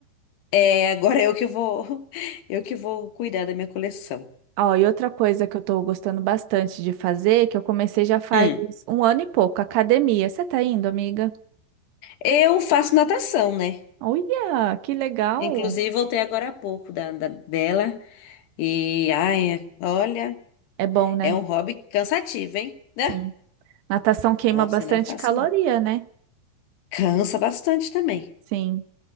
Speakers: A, on the left; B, on the right.
A: É, agora é eu que vou, <laughs> eu que vou cuidar da minha coleção.
B: <laughs> Ó, e outra coisa que eu tô gostando bastante de fazer, que eu comecei já faz
A: Hum.
B: um ano e pouco, academia. Você tá indo, amiga?
A: Eu faço natação, né?
B: Olha, que legal.
A: Inclusive, voltei agora há pouco da, da- dela. E, ai, olha,
B: É bom, né?
A: é um hobby cansativo, hein? Né?
B: Sim. Natação queima
A: Nossa,
B: bastante
A: não é fácil,
B: caloria,
A: não.
B: né?
A: Cansa bastante também.
B: Sim.